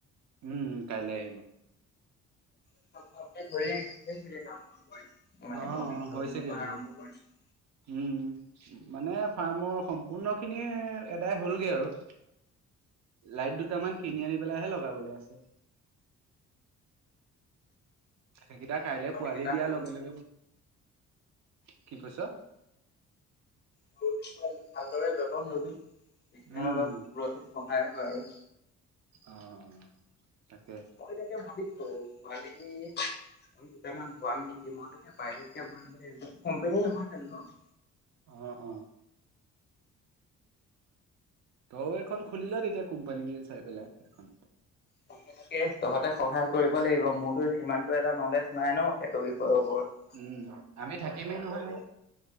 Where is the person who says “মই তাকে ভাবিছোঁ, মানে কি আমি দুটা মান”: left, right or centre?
Left